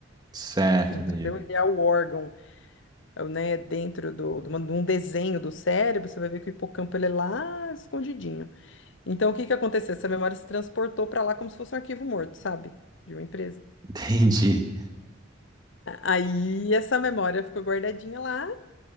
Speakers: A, on the right (about 20°); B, on the left (about 65°).
A: Certo,
B: Então,
A: entendi.
B: se você olhar
A: <laughs>
B: o órgão, né, dentro do, de uma- de um desenho do cérebro, você vai ver que o hipocampo ele é lá escondidinho. Então, o que que aconteceu? Essa memória se transportou para lá como se fosse um arquivo morto, sabe? De uma empresa.
A: Entendi.
B: A- Aí essa memória ficou guardadinha lá